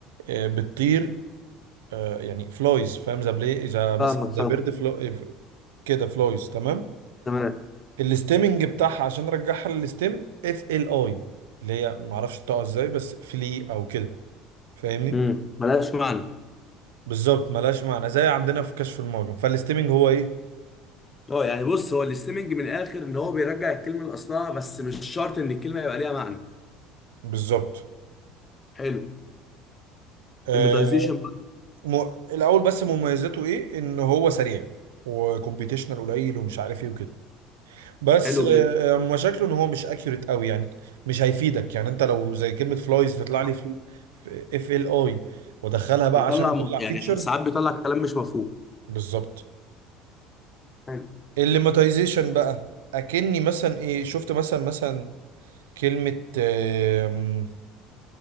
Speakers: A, on the right; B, on the left.
A: آه، بتطير آه، يعني فلايز فاهم ذا بلاي ذا مثلا
B: فاهمك فاهمك
A: ذا بيرد فلو إيه، كده فلايز تمام
B: تمام
A: الاستيمنج بتاعها عشان ارجعها للاستيم اف ال اي اللي هي معرفش بتقع ازاي بس فلي او كده فاهمني
B: امم ملهاش معنى
A: بالظبط ملهاش معنى زي عندنا في كشف المعجم فالاستيمنج هو ايه
B: اه يعني بص هو الاستيمنج من الاخر ان هو بيرجع الكلمه لاصلها بس مش شرط ان الكلمه يبقى ليها معنى
A: بالظبط
B: حلو
A: آه
B: ديميتايزيشن بقى
A: م... الاول بس مميزاته ايه ان هو سريع وكمبيوتيشنال قليل ومش عارف ايه وكده بس
B: حلو
A: آه،
B: جدا
A: آه، مشاكله ان هو مش اكيوريت قوي يعني مش هيفيدك يعني انت لو زي كلمه فلايز تطلع لي
B: صح.
A: في اف ال اي وادخلها بقى
B: بيطلع
A: عشان
B: م-
A: اطلع
B: يعني
A: فيتشرز
B: ساعات بيطلع كلام مش مفهوم
A: بالظبط
B: حلو
A: الليماتيزيشن بقى اكني مثلا ايه شفت مثلا مثلا كلمه آم،